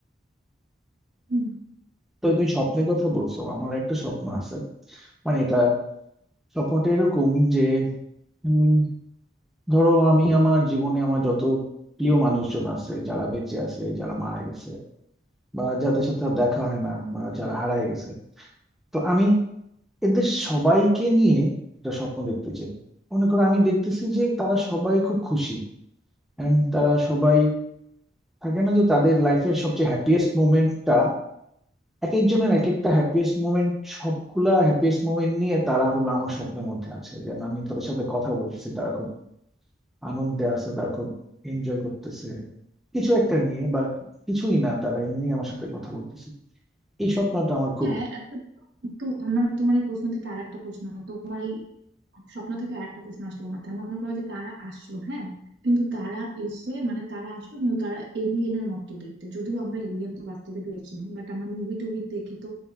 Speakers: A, on the right; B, in the centre.
A: হুম,
B: তো তুমি স্বপ্নের কথা বলছো আমার একটা স্বপ্ন আছে মানে এটা স্বপ্নটা এরকম যে উম, ধরো আমি আমার জীবনে আমার যত প্রিয় মানুষজন আছে যারা বেঁচে আছে যারা মারা গেছে বা যাদের সাথে আর দেখা হয় না বা যারা হারায় গেছে তো আমি এদের সবাইকে নিয়ে একটা স্বপ্ন দেখতে চাই মনে করো আমি দেখতেছি যে তারা সবাই খুব খুশি এন্ড তারা সবাই থাকে না যে তাদের লাইফের সবচেয়ে হ্যাপিয়েস্ট মোমেন্টটা এক একজনের এক একটা হ্যাপিয়েস্ট মোমেন্ট সবগুলা হ্যাপিয়েস্ট মোমেন্ট নিয়ে তারা হলো আমার স্বপ্নের মধ্যে আছে যেন আমি তাদের সাথে কথা বলছি তারা খুব আনন্দে আছে তারা খুব এনজয় করতেছে কিছু একটা নিয়ে বা কিছুই না তারা এমনি আমার সাথে কথা বলতেছে এই স্বপ্নটা আমার খুব
A: হ্যাঁ একটা তো আমার তোমার এই প্রশ্ন থেকে আরেকটা প্রশ্ন তোমার এই স্বপ্ন থেকে আরেকটা প্রশ্ন আসলো মাথায় মনে করো যে তারা আসলো হ্যাঁ কিন্তু তারা এসে মানে তারা আসলো কিন্তু তারা এলিয়েনের মতো দেখতে যদিও আমরা এলিয়েন তো বাস্তবে দেখিনি বাট আমরা মুভি টুভি দেখে তো